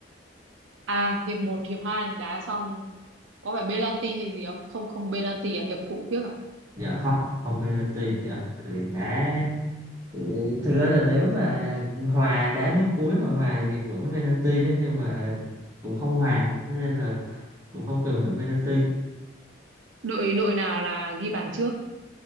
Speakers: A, on the right; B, on the right.
A: à hiệp một hiệp 2 đá xong có phải penalty hay gì không không không penalty à hiệp phụ phiếc à
B: dạ không không penalty chị ơi thì đá Ừ, thực ra là nếu mà hòa đá tới cuối mà hòa thì cũng penalty đấy nhưng mà cũng không hòa Thế nên là cũng không cần phải penalty
A: đội đội nào là ghi bàn trước